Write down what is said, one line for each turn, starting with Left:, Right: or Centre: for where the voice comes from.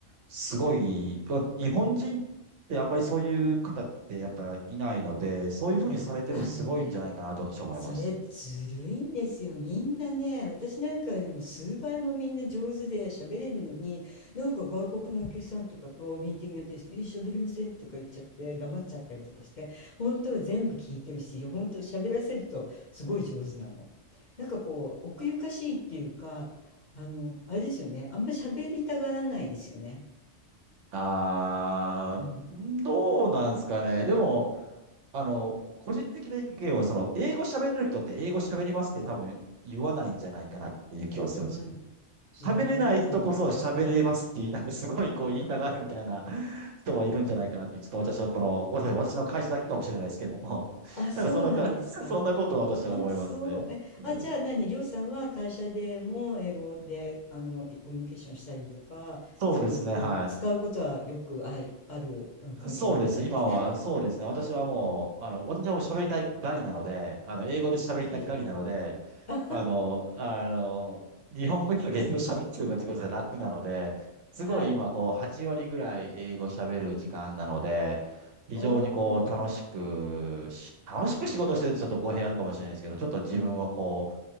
Right: すごい、まあ日本人ってあんまりそういう方ってやっぱいないので、そういうふうにされてるのすごいんじゃないかなと私は思います。
Left: いやあのねそれずるいんですよ。みんなね、私なんかよりも数倍もみんな上手で喋れるのに、なんか外国のお客さんとかとミーティングやってる人、え、喋れませんとか言っちゃって黙っちゃったりとかして、本当は全部聞いてるし、本当喋らせるとすごい上手なの。なんかこう、奥ゆかしいっていうか、あの、あれですよね。あんまり喋りたがらないですよね。
Right: あー、
Left: うん。
Right: どうなんですかね。でも、あの、個人的な意見は、その、英語喋れる人って英語喋りますって多分言わないんじゃないかなっていう気はするんですよね。
Left: 言わ
Right: 喋れない人こそ喋れますって言い、
Left: 言わないかも。
Right: なんかすごいこう言いたがるみたいな <laughs> 人はいるんじゃないかなって、ちょっと私はこの、私私の会社だけかもしれないですけども、<laughs>
Left: あ、そうなんですか。
Right: なんかそんなか、<laughs> そんなことを私は思いますね。
Left: あ、そう。え、
Right: うん
Left: あ、じゃあ何、りょうさんは会社でも英語で、あの、いコミュニケーションしたりとか、
Right: そうですね、
Left: そういう使うことはよくあい、
Right: はい。
Left: ある、うん、環境にいらっしゃるんですね。
Right: そうです。今は、そうですね。私はもう、
Left: うん。
Right: あの、私はもう喋りたいガリなので、あの、英語で喋りたいガリなので、
Left: すべて。あ、
Right: あの、あの、日本語より英語喋ってる方が自分で楽なので、すごい今、
Left: はい。
Right: こう、8割ぐらい英語喋る時間なので、
Left: うん。
Right: 非常にこう、
Left: おー、
Right: 楽しくし、楽しく仕事してるとちょっと語弊あるかもしれないですけど、ちょっと自分はこう、
Left: うん。